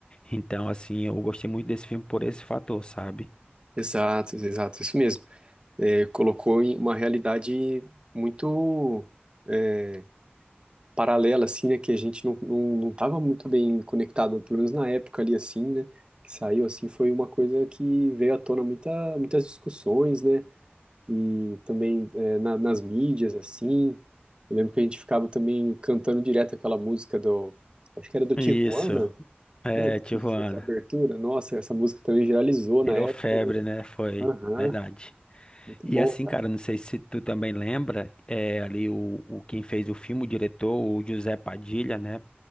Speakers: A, on the left (about 25°); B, on the right (about 25°).
A: Então, assim, eu gostei muito desse filme por esse fator, sabe?
B: Exato, exato, isso mesmo. É, colocou em uma realidade muito é, paralela, assim, né, que a gente não, não, não tava muito bem conectado, pelo menos na época ali, assim, né, que saiu, assim, foi uma coisa que veio à tona muita, muitas discussões, né, e também é, na- nas mídias, assim, eu lembro que a gente ficava também cantando direto aquela música do, acho que era do Tijuana,
A: Isso. É,
B: né,
A: Tijuana.
B: que fez a abertura, nossa, essa música também viralizou
A: Virou
B: na época,
A: febre, né? Foi.
B: aham,
A: Verdade.
B: muito
A: E
B: bom.
A: assim, cara, não sei se tu também lembra, é, ali o, o quem fez o filme, o diretor, o José Padilha, né?